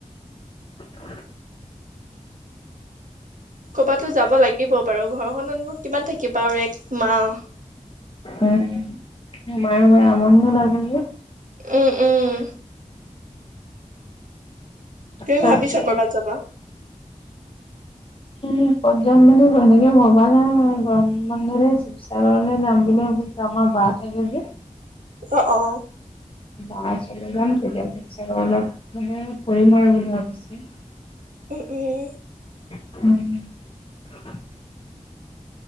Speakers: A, on the left (about 40°); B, on the right (about 70°).
A: <inaudible>
B: ক'ৰবাতটো যাব লাগিব বাৰু! ঘৰখনত নো কিমান থাকিবা আৰু এক মাহ।
A: উম, মায়ে ময়ে আমনিও লাগে‌ যে।
B: উম, উম। তুমি
A: তাকে
B: ভাবিছা কৰবাত যাবা?
A: উম, ক'ত যাম বুলি এনেকে ভবা নাই। গৰম বন্ধ যে, শিৱসাগৰলৈ যাম বুলি ভাবিছো। আমাৰ বা থাকে যে।
B: অ', অ'।
A: বা ওচৰলৈ যাম, তেতিয়া শিৱসাগৰ অলপ মানে ফুৰিম আৰু বুলি ভাবিছো।
B: উম-উম।
A: উম।